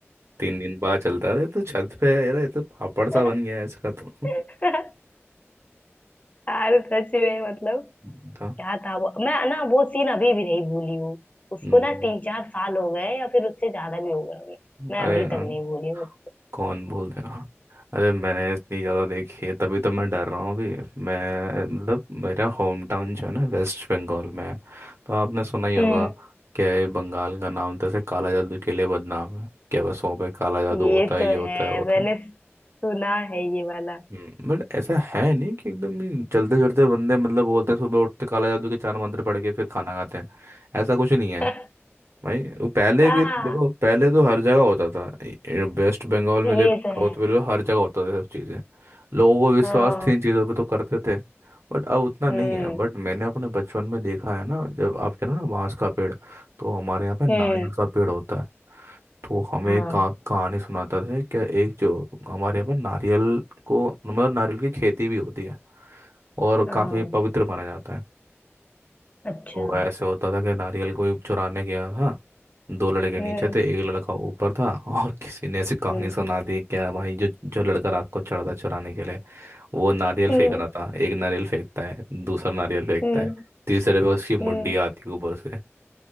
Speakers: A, on the right; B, on the left.
A: तीन दिन बाद चलता रहे तो छत पे यार ये तो पापड़ सा
B: भाई
A: बन गया है इसका तो <laughs>
B: <laughs> यार सच में मतलब
A: हम्म, तो,
B: क्या था वो मैं ना वो सीन अभी भी नहीं भूली हूँ उसको
A: हम्म,
B: ना तीन चार साल हो गए या फिर उससे ज्यादा भी हो गए होंगे मैं
A: अरे
B: अभी
A: हाँ।
B: तक नहीं भूली हूँ
A: कौन बोल देगा अरे मैंने इतनी ज़्यादा देखी है तभी तो मैं डर रहा हूँ अभी मैं मतलब मेरा होम टाउन जो है ना वेस्ट बंगाल में है तो आपने सुना ही होगा
B: हम्म
A: कि बंगाल का नाम तो ऐसे काला जादू के लिए बदनाम है क्या बस वहाँ पे काला जादू
B: ये
A: होता है
B: तो
A: ये होता
B: है
A: है होता
B: मैंने
A: है
B: सुना है ये वाला
A: हम्म, बट ऐसा है नहीं कि एकदम ही चलते फिरते बंदे मतलब बोलते हैं सुबह उठते काला जादू के चार मंत्र पढ़ के फिर खाना खाते हैं ऐसा कुछ नहीं
B: <laughs>
A: भाई वो पहले
B: हाँ
A: के देखो पहले तो हर जगह होता था वेस्ट बंगाल में
B: ये
A: ले लो
B: तो
A: साउथ
B: है
A: में ले लो हर जगह होता था सब चीज़ें लोगों को विश्वास
B: हाँ
A: थी इन चीज़ों पे तो करते थे बट अब उतना
B: हम्म
A: नहीं है बट मैंने अपने बचपन में देखा है ना जब आप कह रहे हो ना बांस का पेड़ तो हमारे यहाँ पे नारियल
B: हम्म
A: का पेड़ होता है तो हमें
B: हाँ
A: एक कहा- कहानी सुनाता था क्या एक जो हमारे यहाँ पे नारियल को मतलब नारियल की खेती भी होती है और
B: हाँ
A: काफ़ी पवित्र माना जाता है
B: अच्छा
A: तो ऐसे होता था कि नारियल कोई चुराने गया था दो लड़के नीचे
B: हम्म
A: थे एक लड़का ऊपर था और किसी ने ऐसी कहानी
B: हम्म
A: सुना दी क्या भाई जो जो लड़का रात को चढ़ा था चुराने के लिए वो नारियल
B: हम्म
A: फेंक रहा था एक नारियल फेंकता है दूसरा नारियल फेंकता
B: हम्म
A: है तीसरे पे उसकी मुंडी
B: हम्म
A: आती है ऊपर से